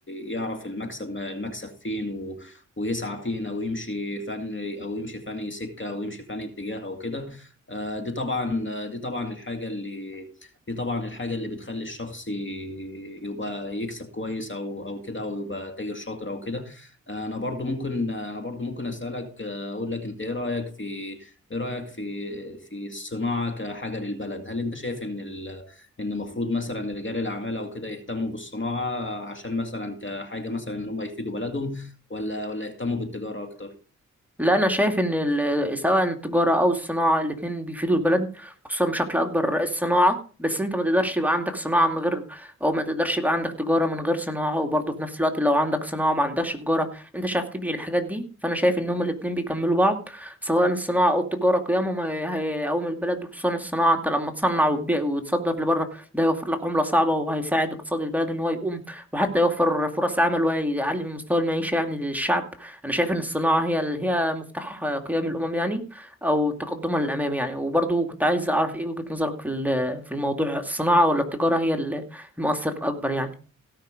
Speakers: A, on the left; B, in the centre.
A: يعرف المكسب ما- المكسب فين و ويسعى فين أو يمشي فني أو يمشي فني سكة أو يمشي فني اتجاه أو كده آه، دي طبعا آه، دي طبعا الحاجة اللي دي طبعا الحاجة اللي بتخلي الشخص ي- يبقى يكسب كويس أو أو كده أو يبقى تاجر شاطر أو كده أنا برضو ممكن أنا برضو ممكن أسألك أقول لك أنت إيه رأيك في إيه رأيك في في الصناعة كحاجة للبلد هل أنت شايف إن ال... إن المفروض مثلا رجال الأعمال أو كده يهتموا بالصناعة عشان مثلا كحاجة مثلا إن هم يفيدوا بلدهم ولا ولا يهتموا بالتجارة أكتر؟
B: لا انا شايف ان ال- سواء التجاره او الصناعه الاتنين بيفيدوا البلد خصوصا بشكل اكبر الصناعه بس انت ما تقدرش يبقى عندك صناعه من غير او ما تقدرش يبقى عندك تجاره من غير صناعه وبرضه في نفس الوقت لو عندك صناعه ما عندكش تجاره انت مش عارف تبيع الحاجات دي فانا شايف ان هما الاتنين بيكملوا بعض سواء الصناعه او التجاره قيمهم هي- هيقوم البلد وخصوصا الصناعه انت لما تصنع وتبيع وتصدر لبره ده هيوفر لك عمله صعبه وهيساعد اقتصاد البلد ان هو يقوم وحتى يوفر فرص عمل ويعلي من مستوى المعيشه يعني للشعب انا شايف ان الصناعه هي ال- هي مفتاح قيام الامم يعني او تقدمها للامام يعني وبرضه كنت عايز اعرف ايه وجهه نظرك في ال- في الموضوع الصناعه ولا التجاره هي ال- المؤثر الاكبر يعني